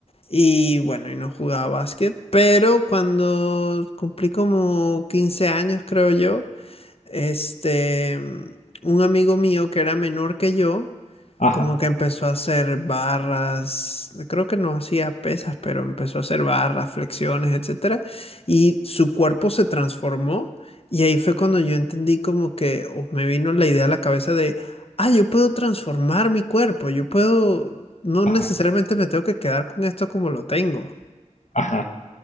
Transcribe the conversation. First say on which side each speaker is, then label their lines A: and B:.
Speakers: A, on the left; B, on the left.
A: y bueno, y no jugaba básquet, pero cuando cumplí como 15 años, creo yo, este, un amigo mío que era menor que yo,
B: ajá,
A: como que empezó a hacer barras, creo que no hacía pesas, pero empezó a hacer barras, flexiones, etcétera, y su cuerpo se transformó y ahí fue cuando yo entendí como que o me vino la idea a la cabeza de, ah, yo puedo transformar mi cuerpo, yo puedo, no
B: ajá,
A: necesariamente me tengo que quedar con esto como lo tengo.
B: ajá.